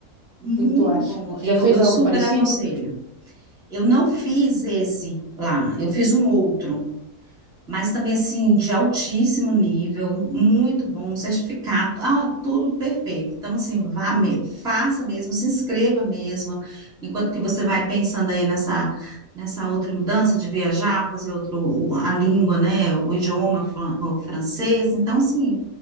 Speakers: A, in the centre; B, on the right.
A: Muito
B: O que que tu acha?
A: bom.
B: Tu
A: Eu,
B: já fez
A: eu
B: algo
A: super
B: parecido?
A: aconselho. Eu não fiz esse lá, eu fiz um outro, mas também assim, de altíssimo nível, muito bom, um certificado, ah, tudo perfeito. Então, assim, vá me, faça mesmo, se inscreva mesmo, enquanto que você vai pensando aí nessa, nessa outra mudança de viajar, fazer outro, o- a língua, né? O idioma fran- o francês. Então, assim.